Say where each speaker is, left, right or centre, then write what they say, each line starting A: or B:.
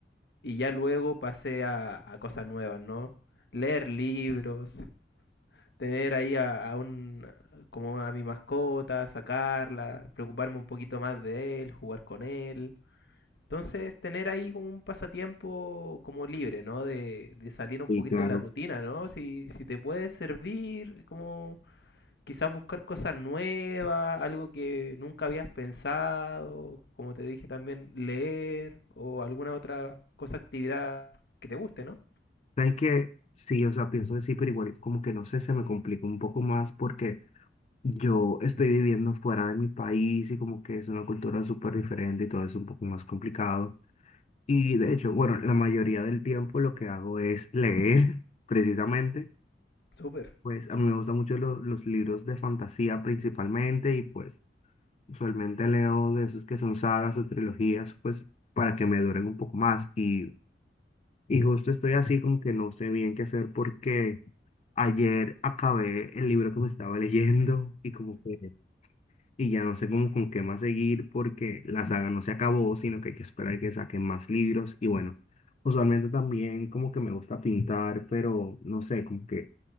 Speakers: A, on the left; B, on the left.
A: Y ya luego pasé a, a cosas nuevas, ¿no? Leer libros, tener ahí a, a un, como a mi mascota, sacarla, preocuparme un poquito más de él, jugar con él. Entonces, tener ahí como un pasatiempo como libre, ¿no? De, de salir un
B: Y
A: poquito
B: claro,
A: de la rutina, ¿no? Si, si te puede servir, como quizás buscar cosas nuevas, algo que nunca habías pensado, como te dije también, leer o alguna otra cosa, actividad que te guste, ¿no?
B: sabes que sí, o sea, pienso decir, pero igual como que no sé, se me complica un poco más porque Yo estoy viviendo fuera de mi país y como que es una cultura súper diferente y todo es un poco más complicado. Y de hecho, bueno, la mayoría del tiempo lo que hago es leer, <laughs> precisamente.
A: Súper,
B: Pues a mí me gustan mucho lo- los libros de fantasía principalmente y pues usualmente leo de esos que son sagas o trilogías, pues para que me duren un poco más. Y, y justo estoy así como que no sé bien qué hacer porque ayer acabé el libro que me estaba <laughs> leyendo y como que... Y ya no sé cómo con qué más seguir porque la saga no se acabó, sino que hay que esperar que saquen más libros. Y bueno, usualmente también como que me gusta pintar, pero no sé, como que